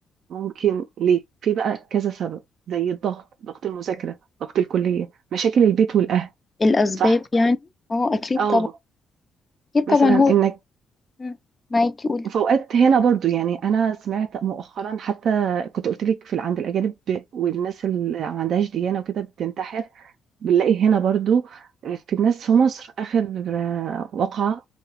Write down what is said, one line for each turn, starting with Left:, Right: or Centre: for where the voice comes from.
Right: ممكن ليه في بقى كذا سبب زي الضغط ضغط المذاكره ضغط الكليه مشاكل البيت والاهل
Left: الأسباب
Right: صح
Left: يعني اه أكيد
Right: اه
Left: طبعا أكيد
Right: مثلا
Left: طبعا هو
Right: انك
Left: مم. معاكي قولي
Right: وفوقات هنا برضو يعني انا سمعت مؤخرا حتى كنت قلت لك في ال- عند الاجانب ب- والناس اللي ما عندهاش ديانه وكده بتنتحر بنلاقي هنا برضو في الناس في مصر اخر آه، وقعه